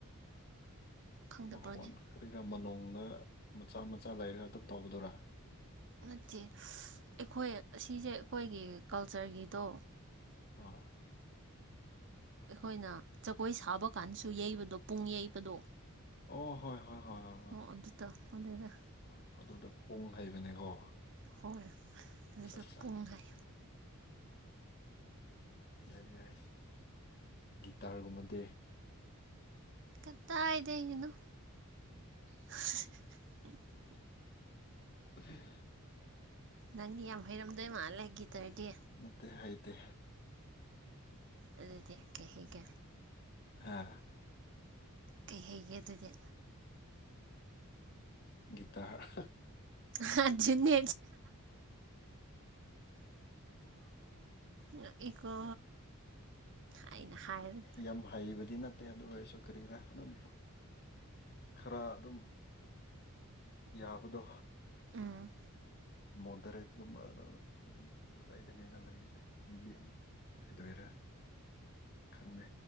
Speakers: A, on the right (about 55°); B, on the left (about 45°).
A: ꯈꯪꯗꯕ꯭ꯔꯅꯦ
B: ꯃꯈꯣꯟ ꯀꯔꯤꯔ ꯃꯅꯣꯡꯗ ꯃꯆꯥ ꯃꯆꯥ ꯂꯩꯔ ꯑꯗꯨꯝ ꯇꯧꯕꯗꯨꯔꯥ
A: ꯅꯠꯇꯦ ꯑꯩꯈꯣꯏ ꯑꯁꯤꯁꯦ ꯑꯩꯈꯣꯏꯒꯤ ꯀꯜꯆꯔꯒꯤꯗꯣ
B: ꯑꯣ
A: ꯑꯩꯈꯣꯏꯅ ꯖꯒꯣꯏ ꯁꯥꯕ ꯀꯥꯟꯗꯁꯨ ꯌꯩꯕꯗꯣ ꯄꯨꯡ ꯌꯩꯕꯗꯣ
B: ꯑꯣ ꯍꯣꯏ ꯍꯣꯏ ꯍꯣꯏ ꯍꯣꯏ ꯍꯣꯏ
A: ꯑꯣ ꯑꯗꯨꯗꯣ ꯑꯗꯨꯗꯣ
B: ꯑꯣ ꯑꯗꯨꯗ ꯄꯨꯡ ꯍꯩꯕꯅꯦꯀꯣ
A: ꯍꯣꯏ ꯑꯗꯨꯁꯨ
B: ꯑꯠꯆꯥ ꯑꯠꯆꯥ
A: ꯄꯨꯡ ꯍꯥꯏ
B: ꯌꯥꯏ ꯌꯥꯏ ꯒꯤꯇꯥꯔꯒꯨꯝꯕꯗꯤ
A: ꯀꯗꯥꯏꯗꯒꯤꯅꯣ <unintelligible>
B: ꯎꯝ
A: ꯅꯪꯗꯤ ꯌꯥꯝ ꯍꯩꯔꯝꯗꯣꯏ ꯃꯥꯜꯂꯦ ꯒꯤꯇꯔꯗꯤ
B: ꯍꯩꯇꯦ ꯍꯩꯇꯦ
A: ꯑꯗꯨꯗꯤ ꯀꯩ ꯍꯩꯒꯦ
B: ꯍꯥ
A: ꯀꯩ ꯍꯩꯒꯦ ꯑꯗꯨꯗꯤ
B: ꯒꯤꯇꯥꯔ
A: ꯍꯥ ꯑꯗꯨꯅꯤ ꯉꯛꯏꯀꯣ ꯑꯩꯅ ꯍꯥꯏꯔꯒ
B: ꯌꯥꯝ ꯍꯩꯕꯗꯤ ꯅꯠꯇꯦ ꯅꯠꯇꯦ ꯑꯗꯨ ꯑꯣꯏꯔꯁꯨ ꯀꯔꯤꯔ ꯑꯗꯨꯝ ꯈꯔ ꯑꯗꯨꯝ ꯌꯥꯕꯗꯣ
A: ꯎꯝ
B: ꯃꯗꯔꯦꯠ ꯀꯨꯝꯕꯗꯣ ꯑꯗꯨꯗꯥꯏꯗꯅꯤꯅ ꯃꯁꯦ ꯃꯤꯦꯗꯤꯌꯝ ꯍꯥꯏꯗꯣꯏꯔ ꯈꯪꯗꯦ